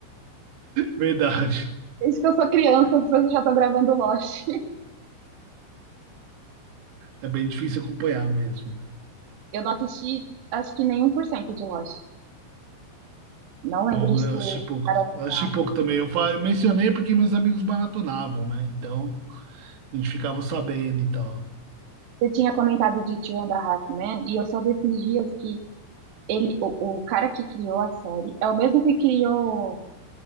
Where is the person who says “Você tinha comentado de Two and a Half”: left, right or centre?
Right